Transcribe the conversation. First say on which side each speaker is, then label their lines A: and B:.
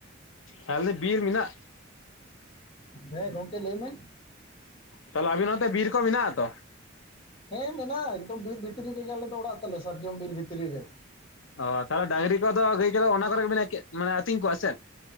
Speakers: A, on the left; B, on the left.
A: ᱛᱟᱦᱚᱞᱮ ᱵᱤᱨ ᱢᱮᱱᱟᱜ
B: ᱦᱮᱸ ᱜᱚᱝᱠᱮ ᱞᱟᱹᱭ ᱢᱮ᱾
A: ᱛᱟᱦᱞᱮ ᱟᱵᱤᱱ ᱱᱚᱛᱮ ᱵᱤᱨ ᱠᱚ ᱢᱮᱱᱟᱜᱼᱟ ᱟᱛᱚ?
B: ᱦᱮᱸ ᱢᱮᱱᱟᱜᱼᱟ ᱮᱠᱫᱚᱢ ᱵᱤᱨ ᱵᱷᱤᱛᱨᱤ ᱨᱮᱜᱮ ᱟᱞᱮ ᱫᱚ ᱚᱲᱟᱜ ᱛᱟᱞᱮ ᱥᱟᱨᱡᱚᱢ ᱵᱤᱨ ᱵᱷᱤᱛᱨᱤ ᱨᱮ᱾
A: ᱚ, ᱛᱟᱦᱞᱮ ᱰᱟᱝᱨᱤ ᱠᱚᱫᱚ, ᱜᱟᱹᱭ ᱠᱚᱫᱚ ᱚᱱᱟ ᱠᱚᱨᱮ ᱜᱮᱵᱤᱱ ᱟᱠᱤ ᱢᱟᱱᱮ ᱟᱛᱤᱧ ᱠᱚᱣᱟ ᱥᱮ ᱪᱮᱫ?